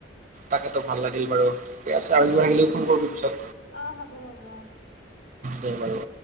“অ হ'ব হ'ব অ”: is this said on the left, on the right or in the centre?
Left